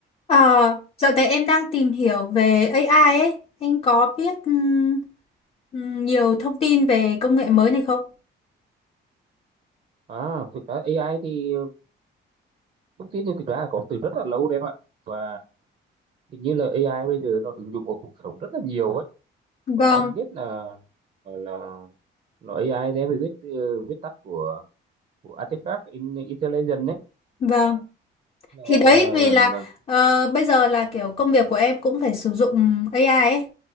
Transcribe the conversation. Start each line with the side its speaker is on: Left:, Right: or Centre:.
Left: Ờ, dạo này em đang tìm hiểu về AI ấy. Anh có biết ừm, ừm, nhiều thông tin về công nghệ mới này không?
Right: À, thực ra AI thì thông tin thì thực ra là có từ rất là lâu đấy em ạ và hình như là AI bây giờ nó ứng dụng vào cuộc sống rất là nhiều ấy và
Left: Vâng,
Right: em biết là là nó AI thì em phải biết từ viết tắt của của Artifact in, Intelligence đấy
Left: vâng.
Right: à, là,
Left: Thì đấy
Right: là
Left: vì là
Right: là
Left: ờ, bây giờ là kiểu công việc của em cũng phải sử dụng AI ấy.